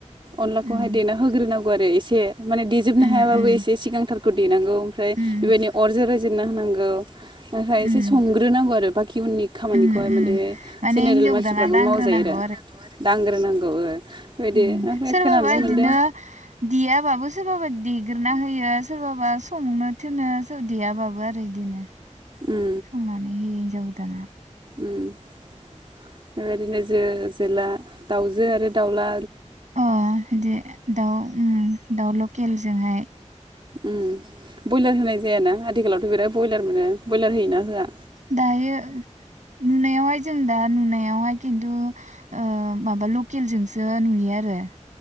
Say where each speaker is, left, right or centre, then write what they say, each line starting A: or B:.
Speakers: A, on the right; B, on the right.
A: अनलाखौहाय
B: उम
A: देना होग्रोनां बोरै इसे माने देजोबनो
B: उम
A: हायाबाबो
B: उम
A: एसे सिगांथार देनांगौ ओमफ्राय
B: उम
A: बेबायदि अर जेरै फिनना होनांगौ ओ हायो
B: उम
A: एसे संग्रोनांगौ आरो बा इउनिक खामानिखौहाय
B: उम उम
A: माने
B: माने
A: जेनेरेल
B: हिनजाव
A: मानसिफ्राबो
B: गोदाना दांग्रोनांगौ
A: मावजायोरा दांग्रोनांगौ ओ
B: ओम
A: ओमफ्राय
B: सोरबाबा
A: खोनानो
B: इदिनो
A: मोनदों
B: देयाबाबो सोरबाबा देग्रोना होयो सो सोरबाबा संनो थोनो सोर देयाबाबो आरो इदिनो
A: उम
B: संनानै हयो हिनजाव दाना
A: उम बेबायदिनो जो जोला दाउजो आरो दाउला
B: अ दे दाउ उम दाउ ल खेलजोंहाय
A: उम बयलार होनाय जायाना आथिखालावथ' बिराद बयलार मोनो बयलार होयोना होआ
B: दायो नुनायावहाय जों दा नुनायावहाय किन्थु ओ माबा लकेलजोंसो नुयो आरो